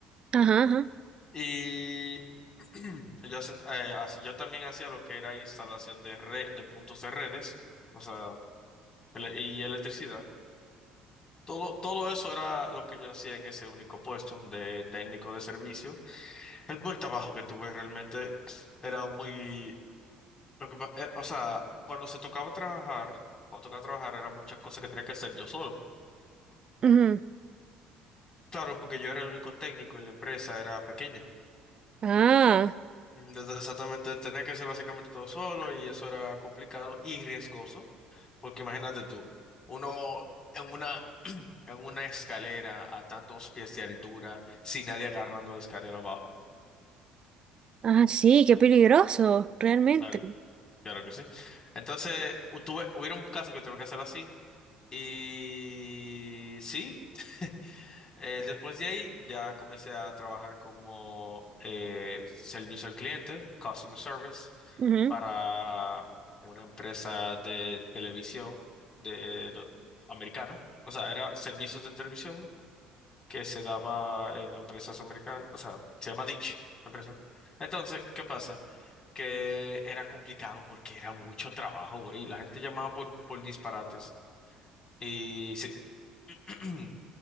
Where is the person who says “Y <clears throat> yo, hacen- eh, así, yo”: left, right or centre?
Left